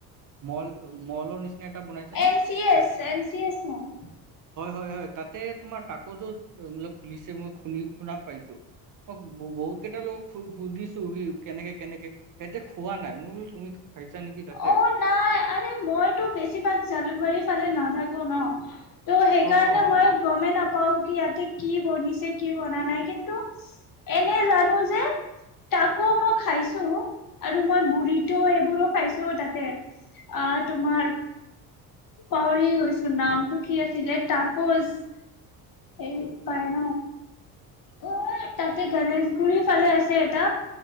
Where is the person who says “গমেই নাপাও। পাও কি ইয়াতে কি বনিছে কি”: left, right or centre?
Left